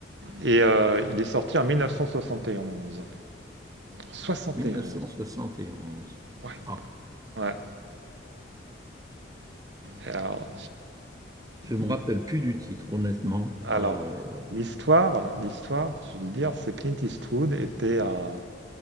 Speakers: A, on the right; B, on the right.
A: Et euh, il est sorti en 1971. 71.
B: 1971.
A: Ouais.
B: Ah.
A: Ouais. Et alors,
B: Je me
A: il-
B: rappelle plus du titre, honnêtement.
A: alors
B: Euh,
A: l'histoire, l'histoire, je veux dire, c'est Clint Eastwood était un-